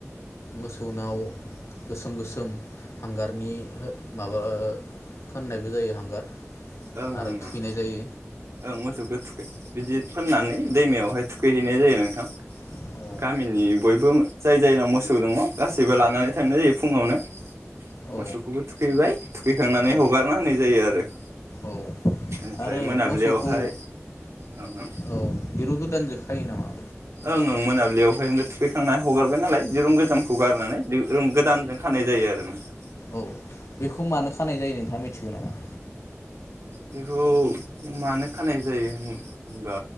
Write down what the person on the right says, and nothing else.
ओं
ओं
ओं
ओं मोसौ खो थुख बिदि फोननानै दैमायावहाय थुखैहैनाय जायो नोंथां
गामिनि बयबो जाय जायनाव मोसौ दङ गासैबो लानानै थांनाय जायो फुङावनो।
मोसौखौबो थुखैबाय थुखैखांनानै
हगारना होनाय जायो आरो।
ओमफ्राय
मोनाबिलियावहाय
ओं ओं
ओं ओं मोनाबिलियावहाय ओमफ्राय थुखैखांना हगारबाय नालाय दिरुं गोजामखौ गारनानै दिरुं गोदानजों खानाय जायो आरो नोंथां।
बेखौ मानो खानाय जायो होनबा